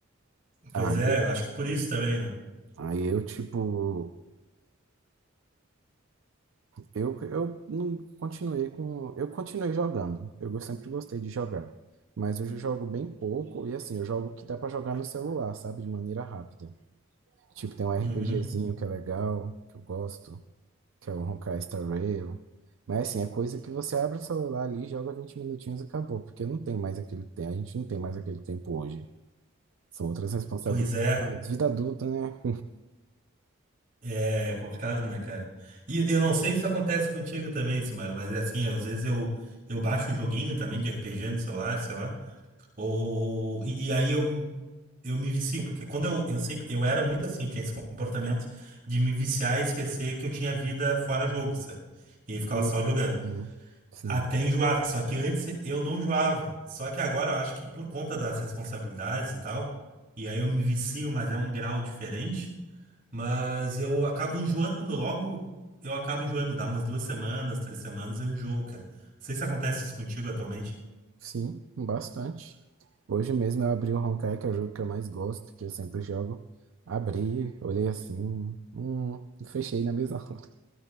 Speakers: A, on the right; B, on the right.
A: Pois
B: Ah,
A: é,
B: eu,
A: eu acho que por isso também, né?
B: aí eu, tipo, Eu, eu não continuei com. Eu continuei jogando. Eu go- sempre gostei de jogar. Mas hoje eu jogo bem pouco. E assim, eu jogo que dá pra jogar no celular, sabe? De maneira rápida. Tipo, tem um RPGzinho
A: Uhum.
B: que é legal, que eu gosto, que é o Honkai Star Rail. Mas assim, é coisa que você abre o celular ali, joga 20 minutinhos e acabou. Porque não tem mais aquele tempo. A gente não tem mais aquele tempo hoje. São outras responsabilidades.
A: Pois é.
B: Vida adulta, né?
A: É complicado, né, cara? E eu não sei se acontece contigo também, Simara, mas é assim, às vezes eu, eu baixo um joguinho também de RPG no celular, sei lá, ou, e aí eu, eu me vicio, porque quando eu, eu sempre, eu era muito assim, tinha esse comportamento de me viciar e esquecer que eu tinha vida fora jogo, sabe? E aí
B: <laughs>
A: ficava só jogando.
B: Hum, Sim.
A: Até enjoar, só que antes eu não enjoava. Só que agora eu acho que por conta das responsabilidades e tal, e aí eu me vicio, mas é um grau diferente. Mas eu acabo enjoando logo. Eu acabo enjoando, dá umas duas semanas, três semanas, eu enjoo, cara. Não sei se acontece isso contigo atualmente.
B: Sim, bastante. Hoje mesmo eu abri o Honkai, que é o jogo que eu mais gosto, que eu sempre jogo. Abri, olhei assim, hum, e fechei na mesma <laughs> hora.